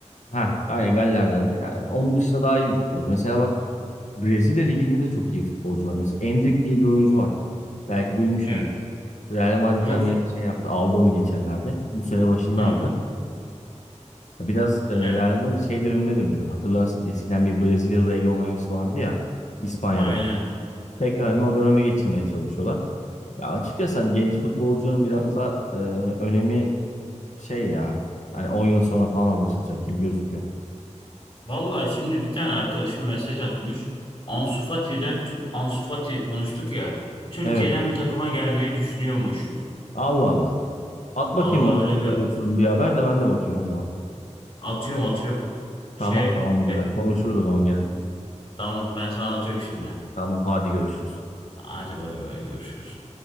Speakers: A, on the left; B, on the left.
A: ha, aynen Galler'den de. Yani onun dışında daha iyi bir futbolcu. Mesela bak Brezilya Ligi'nde de çok iyi futbolcu var. Mesela Endrick diye bir oyuncu var. Belki duymuşsundur.
B: Ne?
A: Real Madrid
B: Yok.
A: hani şey yaptı, aldı onu geçenlerde. Bu sene başında
B: Hı.
A: aldı. Biraz e,
B: Evet.
A: Real Madrid şey dönemine dönüyor. Hatırlarsın eskiden bir Brezilyalı egomanyası vardı ya İspanya'da.
B: Aynen.
A: Tekrar hani o döneme geçirmeye çalışıyorlar. Ya açıkçası hani genç futbolcunun biraz da e, önemi şey ya. Hani 10 yıl sonra falan anlaşılacak gibi gözüküyor.
B: Vallahi şimdi bir tane arkadaşım mesaj atmış. Ansu Fati'den Tür- Ansu Fati konuştuk ya. Türkiye'den
A: Evet.
B: bir takıma gelmeyi düşünüyormuş.
A: Allah Allah. At
B: Vallahi
A: bakayım bak.
B: öyle bir
A: Sen bir haber de ben de bakayım o zaman.
B: atıyorum atıyorum. Şey
A: Tamam tamam
B: be-
A: birader. Konuşuruz o zaman gene.
B: tamam ben sana atıyorum şimdi.
A: Tamam hadi görüşürüz.
B: Hadi bay bay görüşürüz.